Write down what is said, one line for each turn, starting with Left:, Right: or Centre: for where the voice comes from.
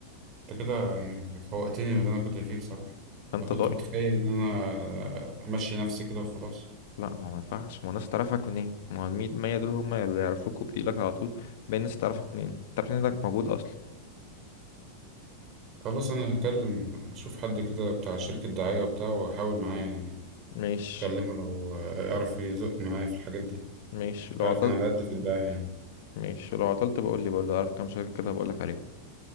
Right: انت كده يعني فوقتني من اللي انا كنت فيه بصراحة
Left: فانت
Right: انا كنت
Left: ضايع
Right: متخيل ان انا آه، همشي نفسي كده وخلاص
Left: لا ما ما ينفعش ما هو الناس تعرفك منين ما هو المية مية دول هم اللي يعرفوك وبيجيلك على طول باقي الناس تعرفك منين تعرف إن انك موجود اصلا
Right: خلاص انا هكلم اشوف حد كده بتاع شركة دعاية وبتاع واحاول معاه يعني
Left: ماشي
Right: اكلمه لو آه، يعرف يزق معايا في الحاجات دي
Left: ماشي لو
Right: تعرف
Left: عطلت
Right: انا على قد في الدعاية يعني
Left: ماشي لو عطلت بقول لي برضه اعرف كام شركة كده بقول لك عليهم